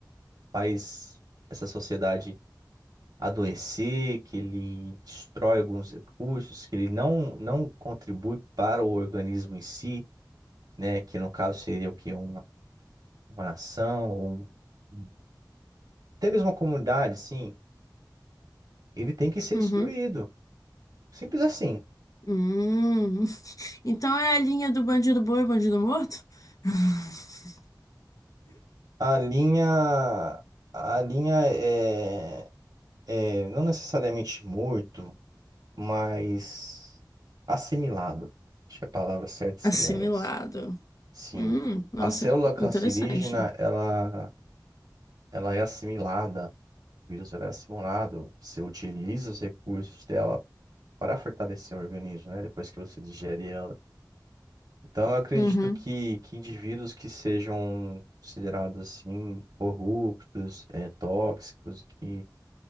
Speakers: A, on the right; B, on the left.
A: faz essa sociedade adoecer, que ele destrói alguns recursos, que ele não, não contribui para o organismo em si, né? Que no caso seria o quê? Uma, uma nação, ou um- até mesmo uma comunidade, sim, ele tem que ser
B: uhum,
A: destruído. Simples assim.
B: hum. <laughs> Então é a linha do bandido bom e bandido morto? <laughs>
A: A linha, a linha é, é não necessariamente morto, mais assimilado. Acho que a palavra certa seria
B: Assimilado.
A: essa. Sim.
B: Hum, nossa,
A: A célula cancerígena,
B: interessante.
A: ela, ela é assimilada, o vírus ela é assimilado, você utiliza os recursos dela para fortalecer o organismo, né? Depois que você digere ela. Então, eu acredito
B: Uhum.
A: que, que indivíduos que sejam considerados assim, corruptos, eh, tóxicos, que,